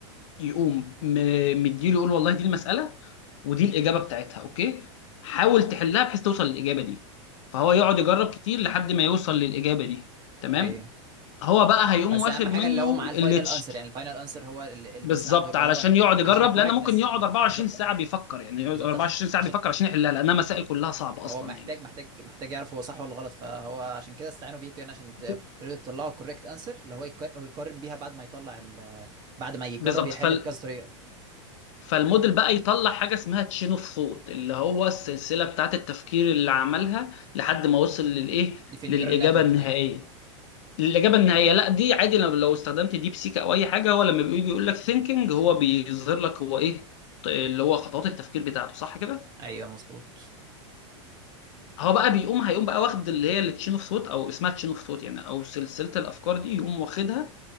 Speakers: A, on the left; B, on the right.
A: يقوم م- مديله يقول والله دي المسألة ودي الإجابة بتاعتها اوكي حاول تحلها بحيث توصل للإجابة دي فهو يقعد يجرب كتير لحد ما يوصل للإجابة دي تمام
B: ايوه
A: هو بقى هيقوم
B: بس
A: واخد
B: اهم
A: منه
B: حاجه اللي هو معاه الفاينل
A: الليتش
B: انسر يعني الفاينل انسر هو اللي, اللي
A: بالظبط
B: بيساعده اللي
A: علشان
B: هو
A: يقعد يجرب
B: عشان الكوركتنس
A: لان ممكن يقعد 24
B: بالظبط
A: ساعه بيفكر يعني يقعد
B: بالظبط
A: 24
B: عشان, عشان
A: ساعه بيفكر عشان يحلها لانها مسائل
B: آه.
A: كلها صعبه
B: هو
A: اصلا
B: محتاج
A: يعني
B: محتاج محتاج يعرف هو صح ولا غلط فهو عشان كده استعانوا بيكوا يعني عشان ت-
A: ب-
B: تطلعوا الكوركت انسر اللي هو يك- هو يقارن بيها بعد ما يطلع ال بعد ما يجرب
A: بالظبط
B: يحل
A: فال
B: بكذا طريقه
A: فالموديل بقى يطلع حاجه اسمها تشين اوف ثوت اللي هو السلسله بتاعت التفكير اللي عملها لحد ما وصل للايه
B: دي في النيورال
A: للاجابه
B: نتورك
A: النهائيه
B: دي
A: الاجابه النهائيه لا دي عادي لو لو استخدمت ديب سيك او اي حاجه هو لما بيجي يقول لك ثينكينج هو بيظهر لك هو ايه ط- اللي هو خطوات التفكير بتاعته صح كده
B: ايوه مظبوط
A: هو بقى بيقوم هيقوم بقى واخد اللي هي التشين اوف ثوت او اسمها تشين اوف ثوت يعني او سلسله الافكار دي يقوم واخدها